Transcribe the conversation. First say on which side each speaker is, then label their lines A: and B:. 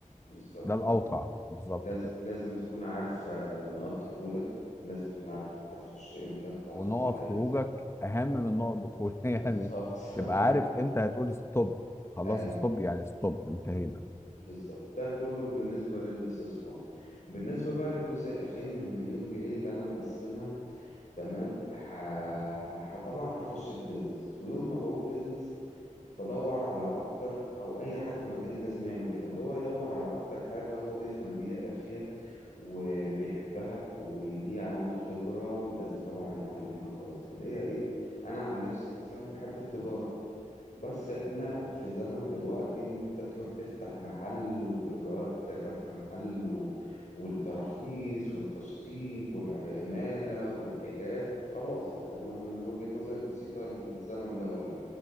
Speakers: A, on the left (about 65°); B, on the left (about 20°).
A: بالظبط
B: ده الاوقع بالظبط
A: لاز-
B: كده
A: لازم تكون عارف آه، نقاط دخولك لازم تكون عارف هتخش امتى وهتطلع
B: ونقط خروجك
A: امتى
B: اهم
A: اه
B: من نقط دخولك <laughs> يعني
A: بالظبط
B: تبقى
A: <laughs> ايوه
B: عارف امتى هتقول ستوب خلاص
A: ايوه
B: ستوب يعني ستوب انتهينا
A: بالظبط ده كله بالنسبة للاستثمار بالنسبة بقى للجزء الأخير من المليون جنيه اللي أنا مقسمها تمام ه... ه... طبعا هخش في بيزنس ويوم ما بقول بيزنس بدور على اكتر او اي حد مكاني لازم يعمل كده اللي هو يدور على اكتر حاجة هو بيفهم بيها فيها وبيحبها وليه عنده خبرة ولازم طبعا يتعلمها كويس اللي هي ايه انا عن نفسي مثلا بحب التجارة بس احنا في زمن دلوقتي ان انت تروح تفتح محل واجراءات فتح محل و... والتراخيص والتشطيب والعمالة والحكايات خلاص يعني انا من وجهة نظري بسيطة إن الزمن ده ولا